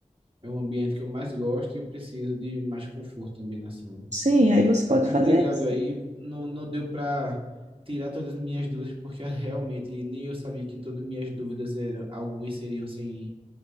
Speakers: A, on the right; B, on the right.
A: é um ambiente que eu mais gosto e eu preciso de mais conforto também na sala.
B: Sim, aí você pode
A: Mas
B: fazer
A: obrigado
B: isso.
A: aí. Não, não deu para tirar todas as minhas dúvidas, porque <laughs> realmente nem eu sabia que todas as minhas dúvidas eram, algumas seriam sem